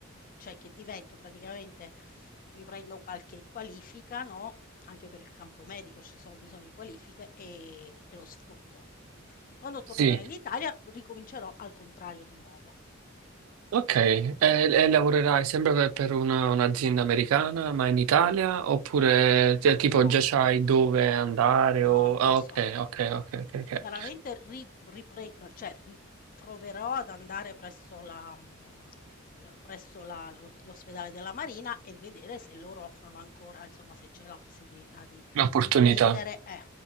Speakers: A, on the left; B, on the right.
A: cioè, che divento praticamente mi prendo qualche qualifica, no, anche per il campo medico ci sono bisogno di qualifiche, e e lo sfrutto." E quando tornerò
B: Sì.
A: in Italia ricomincerò al contrario di nuovo.
B: Ok, e, e lavorerai sempre per per una- un'azienda americana, ma in Italia? Oppure cioè,
A: Non
B: tipo
A: lo so.
B: già sai dove andare?
A: No,
B: O...
A: non
B: Ah,
A: lo so.
B: ok, ok, ok,
A: Mhmm,
B: ok, ok.
A: chiaramente ri ripre uhm, cioè ri proverò ad andare presso la mhmm, l presso la lo l'ospedale della Marina e vedere se loro offrono ancora insomma, se c'è la possibilità di
B: L'opportunità.
A: riprendere eh,